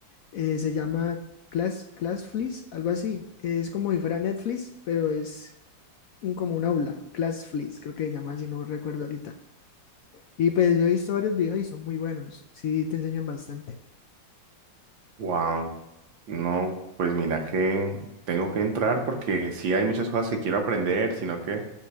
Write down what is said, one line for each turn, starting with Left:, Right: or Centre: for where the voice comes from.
Left: Eh, se llama Class, Classflix, algo así. Es como si fuera Netflix, pero es un- como un aula, Classflix, creo que se llama así, no recuerdo ahorita. Y pues yo he visto varios videos y son muy buenos, sí te enseñan bastante.
Right: Wow, no, pues mira que tengo que entrar porque sí hay muchas cosas que quiero aprender, sino que